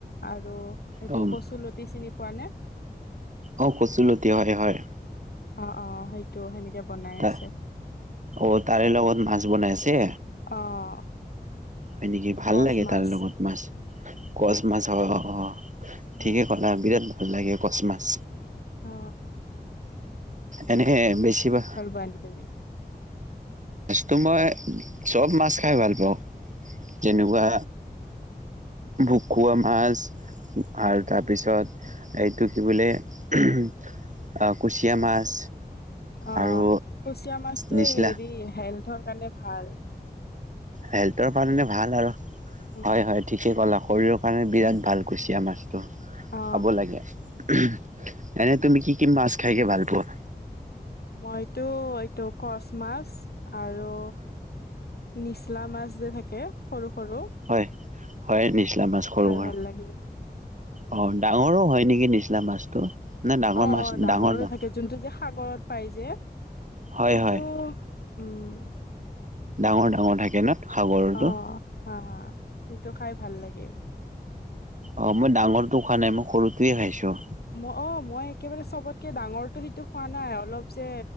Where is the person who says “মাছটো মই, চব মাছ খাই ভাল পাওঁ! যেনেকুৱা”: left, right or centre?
Right